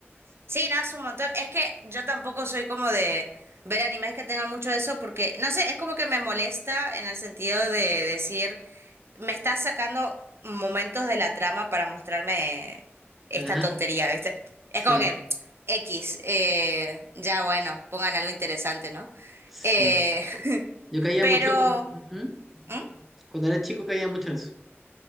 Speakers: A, on the right; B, in the centre.
A: Sí, no, es un montón. Es que yo tampoco soy como de ver animes que tengan mucho de eso, porque, no sé, es como que me molesta en el sentido de decir, me estás sacando momentos de la trama para mostrarme esta
B: Ajá,
A: tontería, ¿viste? Es
B: sí,
A: como que, X, eh, ya bueno, pongan algo interesante, ¿no?
B: sí.
A: Eh, <laughs>
B: Yo caía
A: pero...
B: mucho cu- ujú.
A: ¿Mm?
B: Cuando era chico caía mucho en eso.